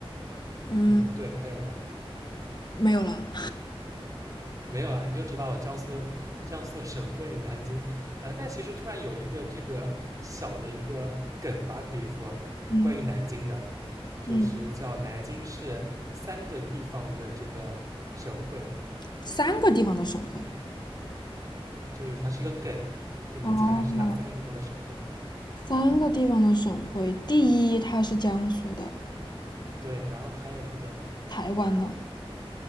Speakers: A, on the left; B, on the right.
A: 嗯，
B: 嗯，对，还有呢，
A: 没有了，
B: 没有啦，你就知道江苏江苏省会南京。呃，但其实突然有一个这个小的一个梗吧，可以说关于南京的，
A: 嗯
B: 就是叫南京是三个地方的这个省会。
A: 嗯，三个地方的省会。
B: 就是它是一个梗，就你猜它是哪三个地方的省会？
A: 哦，三个地方的省会，第一它是江苏的，
B: 对，然后还有一个
A: 台湾的，